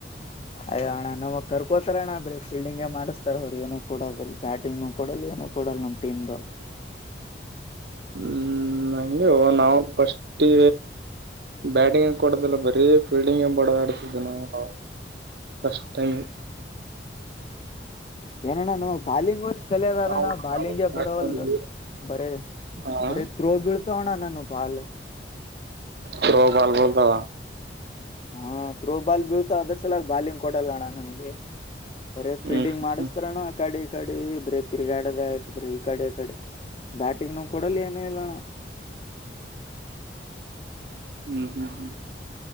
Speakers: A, on the left; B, on the right.
A: ಅಯ್ಯ ಅಣ್ಣ ನಮಗ್ ಕರ್ಕೋತಾರ ಅಣ ಬ್ರೆ ಫೀಲ್ಡಿಂಗ ಮಾಡಸ್ತಾರ ಅವ್ರ ಏನ ಕೊಡೋದಿಲ್ಲ ಬ್ಯಾಟಿಂಗ್ ನು ಕೊಡಲ್ಲ ಏನು ಕೊಡಲ್ಲ ನಮ್ ಟೀಮ್ ದು.
B: ಹ್ಮ್ ನಂಗೆ ನಾವು ಫಸ್ಟೇ ಬ್ಯಾಟಿಂಗೆನ್ ಕೊಡದಿಲ್ಲ ಬರೀ ಫೀಲ್ಡಿಂಗೆ ಬಡದ್ ಆಡ್ತಿದ್ವು ನಾವು ಆವಾಗ. ಫಸ್ಟ್ ಟೈಮೆ
A: ಏನಣ್ಣ ನಾವ ಬಾಲಿಂಗ್ ವಷ್ ಕಲಿಯೋದ
B: ನಾವು
A: ಅದಣ್ಣ ಬಾಲಿಂಗೆ ಬರವಲ್ದು ಬರೆ
B: ಹಾ
A: ಬರೆ ತ್ರೋ ಬೀಳ್ ತ್ತೋಣ ನನುವು ಪಾಲು
B: ತ್ರೋಬಾಲ್ ಬಂದವ
A: ಹಾ ತ್ರೋಬಾಲ್ ಬೀ ತ್ತ ಅದ್ರ ಸಲೆಗ್ ಬಾಲಿಂಗ್ ಕೊಡಲ್ಲಣ್ಣ ನನ್ಗೆ. ಬರೆ
B: ಹ್ಮ್
A: ಫೀಲ್ಡಿಂಗ್ ಮಾಡಿಸ್ತಾರಣ
B: ಹ್ಮ್
A: ಅಕಡಿ. ಅಕಡಿ ಬರಿ ತಿರುಗಾಡದೆ ಆಯ್ತು ಬರೀ ಇಕಡಿ ಆಕಡಿ. ಬ್ಯಾಟಿಂಗ್ ನ ಕೊಡಲ್ಲ ಏನು ಇಲ್ಲಣ.
B: ಹ್ಮ್ ಹ್ಮ್ ಹ್ಮ್